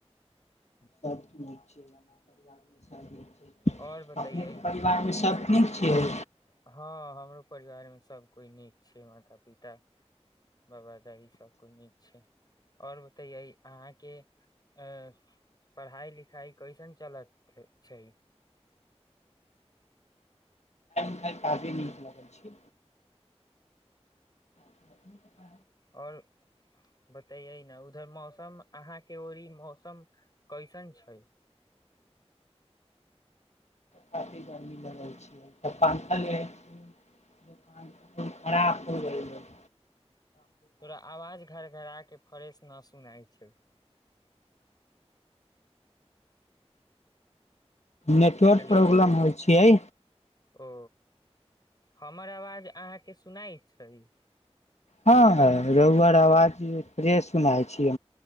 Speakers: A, on the left; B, on the left.
A: सभ नीक छै परिवार मे सभ नीक छै
B: और बतैयै
A: अपनेके परिवारमे सब नीक छियै
B: हँ हमरो परिवारमे सभ कोइ नीक छै माता पिता बाबा दादी सभ कोइ नीक छै आओर बतैयै अहाँके अ पढ़ाइ लिखाइ कैसन चलत छै
A: आइ काफी नीक लगय छी <inaudible>
B: आओर बतैयै ने उधर मौसम अहााँके औरी मौसम कइसन छै
A: काफी गर्मी लगै छै त पंखा ले आय छिय फोन खराब होय गेयल हइ
B: थोड़ा आवाज घर घराके फ्रेश ना सुनाइ छै
A: नेटवर्क
B: हेलो
A: प्रॉब्लम होइ छियै
B: ओ हमर आवाज अहाँके सुनाइ छै
A: हँ, रुक-रुक कऽ आवाज फ्रीज भऽ सुनाइ दैत अछि।